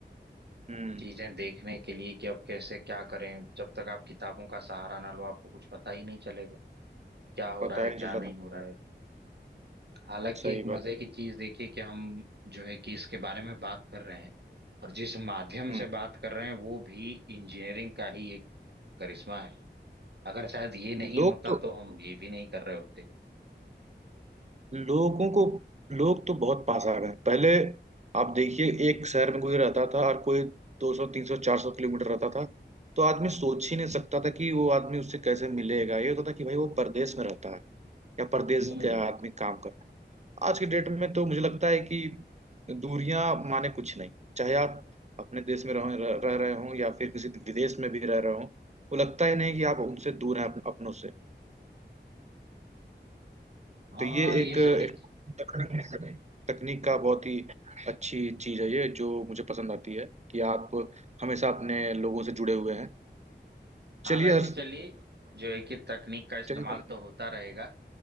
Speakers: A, on the right; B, on the right.
A: हम्म
B: चीजें देखने के लिए कि अब कैसे क्या करें जब तक आप किताबों का सहारा ना लो आपको कुछ पता ही नहीं चलेगा क्या हो
A: पता
B: रहा है
A: ही नहीं
B: क्या
A: चलता
B: नहीं
A: था
B: हो रहा है हालांकि
A: सही
B: एक
A: बात
B: मजे की चीज देखिए कि हम जो है कि इसके बारे में बात कर रहे हैं और जिस माध्यम
A: हम्म
B: से बात कर रहे हैं वो भी इंजीनियरिंग का ही एक करिश्मा है अगर शायद ये नहीं
A: लोग
B: होता
A: तो
B: तो हम ये भी नहीं कर रहे होते
A: लोगों को लोग तो बहुत पास आ गए पहले आप देखिए एक शहर में कोई रहता था और कोई 200 300 400 किलोमीटर रहता था तो आदमी सोच ही नहीं सकता था कि वो आदमी उससे कैसे मिलेगा ये होता था कि भाई वो परदेश में रहता है या परदेश
B: हम्म,
A: का आदमी काम कर रहा है आज के डेट में तो मुझे लगता है कि दूरियां माने कुछ नहीं चाहे आप अपने देश में रह रह रहे हो या फिर किसी विदेश में भी रह रहे हो वो लगता ही नहीं कि आप उनसे दूर हैं अप- अपनों से
B: हाँ
A: तो ये
B: ये
A: एक,
B: सारी
A: एक तकनीक तकनीक का बहुत ही अच्छी चीज है ये जो मुझे पसंद आती है कि आप हमेशा अपने लोगों से जुड़े हुए हैं
B: हालांकि
A: चलिए अ,
B: चलिए जो है कि तकनीक का इस्तेमाल
A: चलिए भाई
B: तो होता रहेगा